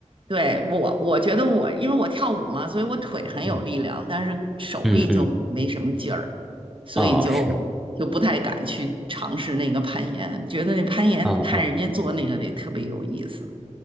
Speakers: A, on the right; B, in the centre.
A: 对，我，我觉得我，因为我跳舞嘛，所以我腿很有力量，
B: 嗯
A: 但是手臂就没什么劲儿，
B: 嗯嗯，
A: 所以就就不太敢去尝试那个攀岩。
B: 哦是，
A: 觉得那攀岩看人家做那个得特别有意思，
B: 嗯嗯